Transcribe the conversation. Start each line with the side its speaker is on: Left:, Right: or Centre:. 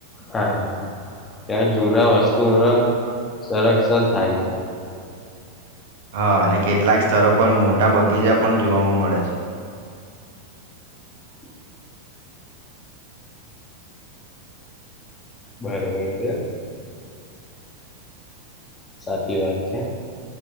Left: હા ત્યાં જૂના વસ્તુઓના સંરક્ષણ થાય છે.
Right: હા અને કેટલાક સ્તરો પર મોટા બગીચા પણ જોવામાં મળે છે.
Left: <inaudible> બરોબર છે. સાચી વાત છે.